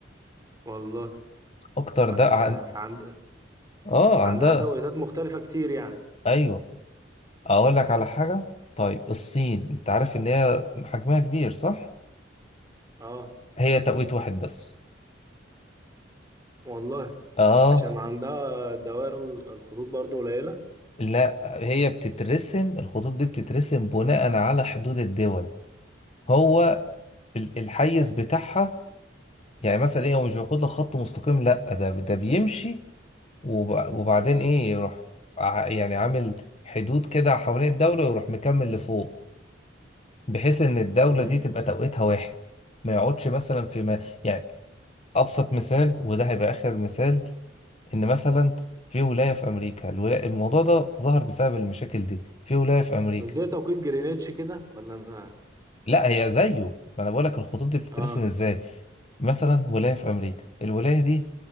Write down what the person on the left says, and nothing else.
اكتر
ده
عن...
اه
عندها
ايوه اقول لك على حاجه طيب الصين
انت عارف ان هي حجمها كبير صح
هي توقيت واحد بس
اه
لا هي بتترسم الخطوط دي بتترسم بناء على حدود الدول هو ال- الحيز بتاعها يعني مثلا ايه هو مش بياخد لك خط مستقيم لا ده ده بيمشي وب- وبعدين ايه يروح ع- يعني عامل حدود كده حوالين الدوله ويروح مكمل لفوق بحيث ان الدوله
دي تبقى توقيتها واحد ما يقعدش مثلا في ما يعني ابسط مثال وده هيبقى اخر مثال ان مثلا في ولايه في امريكا الولاية الموضوع ده ظهر بسبب المشاكل دي في ولايه في امريكا
لا هي زيه ما انا بقول لك الخطوط دي بتترسم
ازاي مثلا ولايه في امريكا الولايه دي